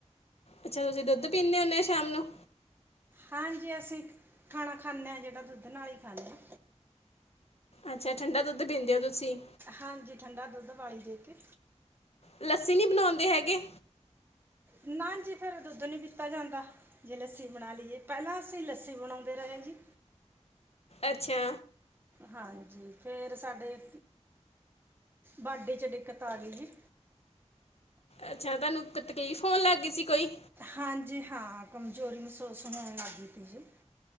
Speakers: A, on the left (about 60°); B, on the right (about 20°).
A: ਅਛਾ ਤੁਸੀ ਦੁੱਧ ਪੀਂਨੇ ਹੁੰਦੇ ਔ ਸ਼ਾਮ ਨੂੰ।
B: ਹਾਂਜੀ ਅਸੀਂ ਖਾਣਾ ਖਾਂਦੇ ਆਂ ਜੈੜਾ ਦੁੱਧ ਨਾਲ ਈ ਖਾਂਨੇ ਆਂ।
A: ਅੱਛਾ ਠੰਡਾ ਦੁੱਧ ਪੀਂਦੇ ਔ ਤੁਸੀ।
B: ਹਾਂਜੀ ਠੰਡਾ ਦੁੱਧ ਬਾਲੀ ਦੇ ਕੇ।
A: ਲੱਸੀ ਨੀ ਬਨਾਉਂਦੇ ਹੈਗੇ।
B: ਨਾ ਜੀ ਫੇਰ ਦੁੱਧ ਨੀ ਪੀਤਾ ਜਾਂਦਾ। ਜੇ ਲੱਸੀ ਬਣਾ ਲੀਏ ਪੈਲਾਂ ਅਸੀ ਲੱਸੀ ਬਨਾਉਂਦੇ ਰਹੇ ਜੀ।
A: ਅੱਛਾ।
B: ਹਾਂਜੀ ਫੇਰ ਸਾਡੇ ਬਾਢੀ ਚ ਦਿੱਕਤ ਆ ਗਈ ਜੀ।
A: ਅਛਾ ਤਾਨੂੰ ਤਕਲੀਫ਼ ਹੋਨ ਲੱਗ ਗਈ ਸੀ ਕੋਈ।
B: ਹਾਂਜੀ ਹਾਂ ਕਮਜੋਰੀ ਮਸੂਸ ਹੋਨ ਲੱਗ ਗੀ ਤੀ ਜੀ।